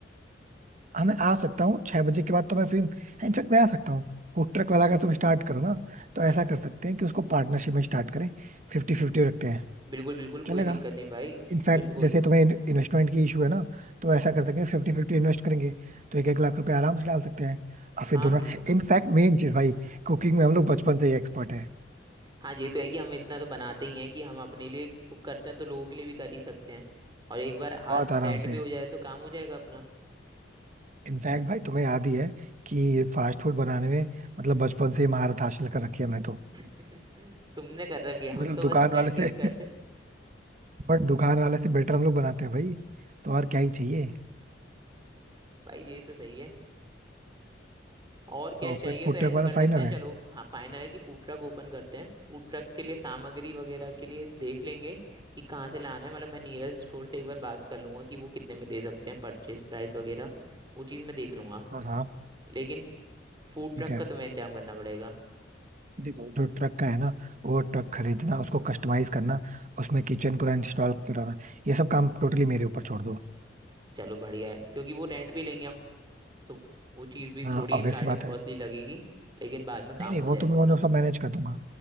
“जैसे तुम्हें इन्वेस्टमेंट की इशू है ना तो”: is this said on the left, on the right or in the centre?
Right